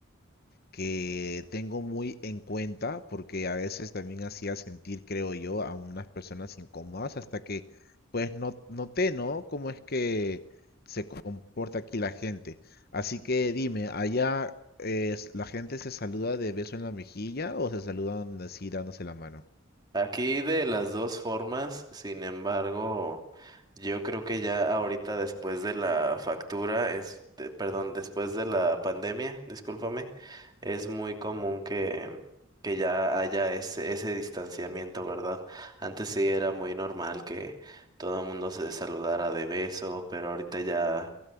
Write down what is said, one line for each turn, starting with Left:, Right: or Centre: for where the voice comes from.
Left: que tengo muy en cuenta porque a veces también hacía sentir, creo yo, a unas personas incómodas hasta que pues no, noté, ¿no? Cómo es que se comporta aquí la gente. Así que dime, ¿allá eh, la gente se saluda de beso en la mejilla o se saludan así dándose la mano?
Right: Aquí de las dos formas, sin embargo, yo creo que ya ahorita después de la factura es, de- perdón, después de la pandemia, discúlpame, es muy común que, que ya haya ese, ese distanciamiento, ¿verdad? Antes sí era muy normal que todo el mundo se saludara de beso, pero ahorita ya,